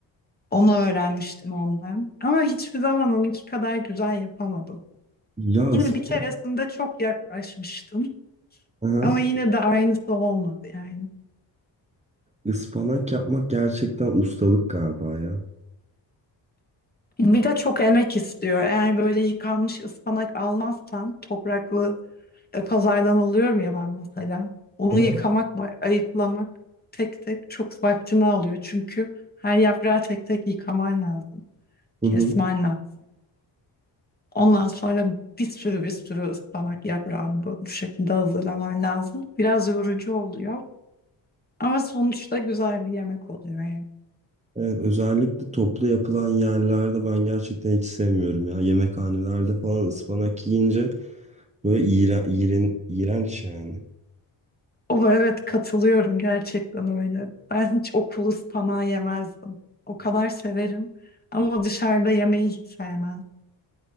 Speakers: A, on the left (about 20°); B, on the right (about 15°).
A: Onu öğrenmiştim ondan. Ama hiçbir zaman onunki kadar güzel yapamadım.
B: Ya
A: Yine
B: ısp-
A: bir keresinde çok yaklaşmıştım.
B: Aha,
A: Ama yine de aynısı olmadı yani.
B: ıspanak yapmak gerçekten ustalık galiba ya.
A: Bir de çok emek istiyor. Eğer böyle yıkanmış ıspanak almazsam topraklı e, pazardan alıyorum ya ben mesela. Onu
B: Hı hı.
A: yıkamak, ba- ayıklamak tek tek çok vaktini alıyor. Çünkü her yaprağı tek tek yıkaman lazım.
B: Hı
A: Kesmen
B: hı.
A: lazım. Ondan sonra bir sürü bir sürü ıspanak yaprağını bu, bu şekilde hazırlaman lazım. Biraz yorucu oluyor. Ama sonuçta güzel bir yemek oluyor yani.
B: Evet, özellikle toplu yapılan yerlerde ben gerçekten hiç sevmiyorum ya. Yemekhanelerde falan ıspanak yiyince böyle iğren, iğren, iğrenç yani.
A: O evet katılıyorum gerçekten öyle. Ben hiç okulu ıspanağı yemezdim. O kadar severim ama dışarıda yemeyi hiç sevmem.